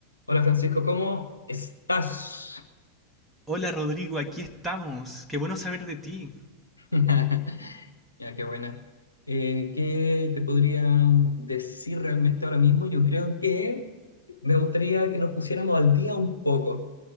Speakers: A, on the left; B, in the centre.
A: Hola Francisco, ¿cómo estás?
B: Hola Rodrigo, aquí estamos. Qué bueno saber de ti.
A: <laughs> Ya, qué buena. Eh, ¿qué te podría decir realmente ahora mismo? Yo creo que me gustaría que nos pusiéramos al día un poco.